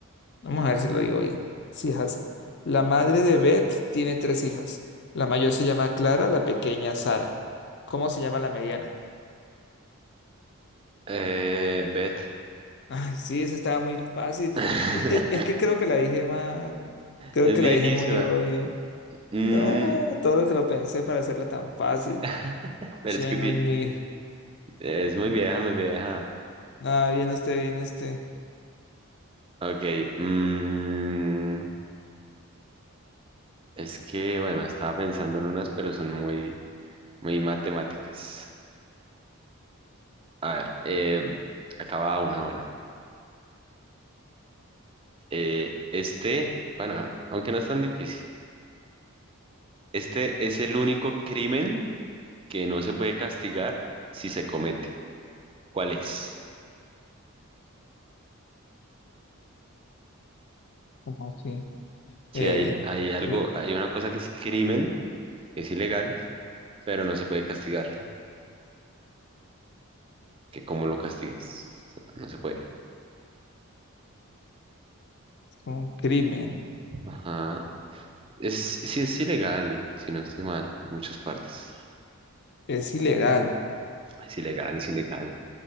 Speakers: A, on the left; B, on the right.
A: vamos a ver si lo digo bien. Sí, es así. La madre de Beth tiene tres hijas. La mayor se llama Clara, la pequeña Sara. ¿Cómo se llama la mediana?
B: Eh, Beth.
A: Ay, sí, esa estaba muy fácil.
B: <laughs>
A: Es que, es que creo que la dije mal. Creo
B: Es
A: que
B: viejísima.
A: la dije muy obvio.
B: Mm,
A: No, todo lo que lo pensé para hacerla tan fácil.
B: <laughs> Pero
A: Shame
B: es que ti-
A: on me.
B: es muy
A: No,
B: vieja, muy vieja.
A: Nada, bien usted, bien usted.
B: Ok, mm, es que, bueno, estaba pensando en unas, pero son muy, muy matemáticas. A ver, eh, acaba una, bueno. Eh, este, bueno, aunque no es tan difícil, este es el único crimen que no se puede castigar si se comete. ¿Cuál es?
A: ¿Cómo así?
B: Si
A: Eh,
B: hay, hay algo,
A: l-
B: hay una cosa que es crimen, es ilegal, pero no se puede castigar. que cómo lo castigas. O sea, No se puede.
A: un crimen.
B: Ajá. Es, sí, es ilegal, si no estoy mal, en muchas partes.
A: Es ilegal
B: Es ilegal, es ilegal.